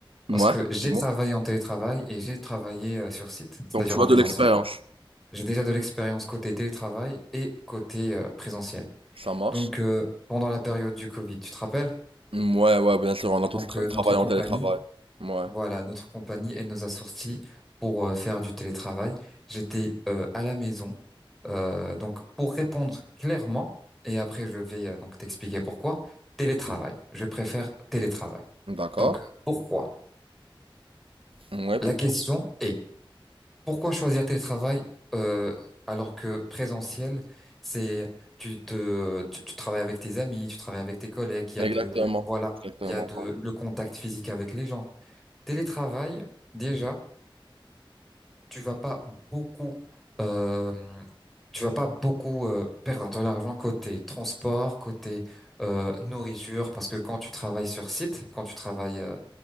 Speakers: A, in the centre; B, on the right.
A: Parce
B: ouais,
A: que j'ai
B: du moins.
A: travaillé en télétravail et j'ai travaillé euh, sur site, c'est-à-dire
B: Donc tu
A: en
B: as
A: présentiel.
B: de l'expérience.
A: J'ai déjà de l'expérience côté télétravail et côté euh, présentiel.
B: Ça marche?
A: Donc euh, pendant la période du Covid, tu te rappelles?
B: Ouais, ouais, bien sûr, on a tous
A: Donc
B: tra-
A: euh,
B: travaillé
A: notre compagnie
B: en télétravail. Ouais.
A: Voilà, notre compagnie, elle nous a sortis pour euh, faire du télétravail. J'étais euh, à la maison. Euh, donc, pour répondre clairement, et après je vais euh, donc t'expliquer pourquoi, télétravail. Je préfère télétravail.
B: Mm. D'accord.
A: Donc, pourquoi?
B: Ouais,
A: La
B: pourquoi?
A: question est, pourquoi choisir télétravail euh, alors que présentiel, c'est tu te tu, tu travailles avec tes amis, tu travailles avec tes collègues, il
B: Exactement.
A: y a de voilà,
B: Exactement.
A: il y a de
B: pardon.
A: le contact physique avec les gens. Télétravail, déjà. tu vas pas beaucoup euh, tu vas pas beaucoup euh, perdre de l'argent côté transport, côté euh, nourriture, parce que quand tu travailles sur site, quand tu travailles euh,